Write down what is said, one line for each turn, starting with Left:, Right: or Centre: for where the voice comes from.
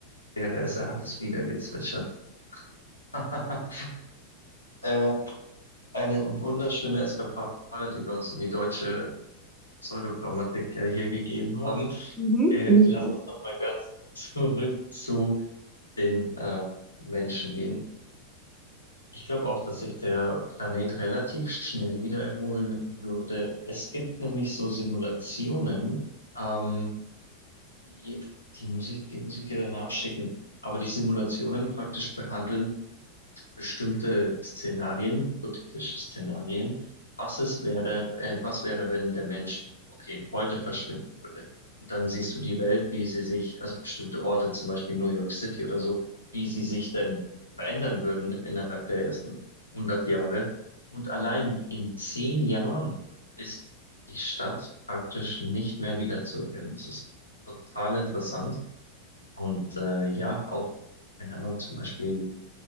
Left: wäre es, er hat es wieder gezwitschert. <laughs> Äh, eine wunderschöne Eskapade, die wir uns in die deutsche Pseudogrammatik ja hier gegeben haben.
Centre: Mhm.
Left: Äh,
Centre: Bin ich
Left: lass
Centre: auch.
Left: uns nochmal ganz <laughs> zurück zu den äh, Menschen gehen. Ich glaube auch, dass sich der Planet relativ schnell wieder erholen würde. Es gibt nämlich so Simulationen, ähm, die, die muss ich, die muss ich dir danach schicken. Aber die Simulationen praktisch behandeln, bestimmte Szenarien, hypothetische Szenarien. Was es wäre, äh, was wäre, wenn der Mensch, okay, heute verschwinden würde? Und dann siehst du die Welt, wie sie sich, also bestimmte Orte, zum Beispiel New York City oder so, wie sie sich denn verändern würden innerhalb der ersten 100 Jahre. Und allein in zehn Jahren ist die Stadt praktisch nicht mehr wiederzuerkennen. Das ist total interessant. Und äh, ja, auch, keine Ahnung, zum Beispiel